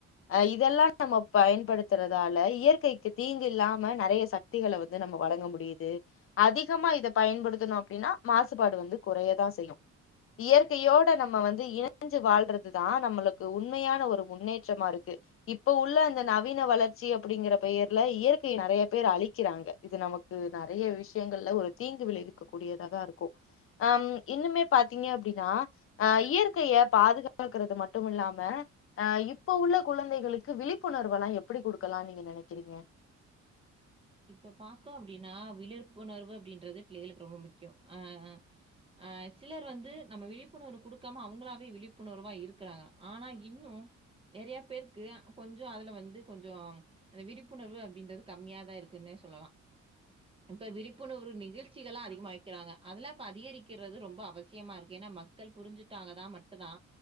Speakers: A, on the left; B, on the right.
A: அ இதெல்லா நம்ம பயன்படுத்துறதால இயற்கைக்கு தீங்கு இல்லாம நறைய சக் திகள வந்து நம்ம வழங்க முடியுது அதிகமா இத பயன்படுத்துனோ அப்டின்னா மாசுபாடு வந்து குறையதா செய்யு இயற்கையோட நம்ம வந்து இயற் புரிஞ்சு வாழ்றதுதா நம்ளுக்கு உண்மையான ஒரு முன்னேற்றமாருக்கு இப்ப உள்ள அந்த நவீன வளர்ச்சி அப்டிங்கிற பெயர்ல இயற்கைய நறைய பேர் அழிக்கிறாங்க இது நமக் கு நறைய விஷயங்கள்ல ஒரு தீங்கு விளைவிக்க கூடியதா தா இருக்கு அம் இன்னுமே பாத்தீங்க அப்டின்னா அ இயற்கைய பாதுகாக்கறது மட்டுமில்லாம அ இப்ப உள்ள குழந்தைகளுக்கு விழிப்புணர்வுல்லா எப்டி குடுக்கலாம்னு நீங்க நெனைக்கிறீங்க
B: இப்ப பாத்தோம் அப்டின்னா விழ்ப்புணர்வு அப்டின்றது பிள்ளைகளுக்கு ரொம்ப முக்கியோ ஆ ஆ சிலர் வந்து நம்ம விழிப்புணர்வு குடுக்காம அவுங்களாவே விழிப்புணர்வா இருக்கிறாங்க ஆனா இன்னு நறைய பேருக்கு கொஞ்சோ அதுல வந்து கொஞ்சோ அந்த விழிப்புணர்வு அப்டின்றது கம்மியா தா இருக் குன்னே சொல்லலா இப்ப விழிப்புணர்வு நிகழ்ச்சிகல்லா அதிகமா வைக்கிறாங்க அதெல்லா இப்ப அதிகரிக்கிறது ரொம்ப அவசியமா இருக்கு ஏன்னா மக் கள் புரிஞ்சுட்டாக தா மட்டு தா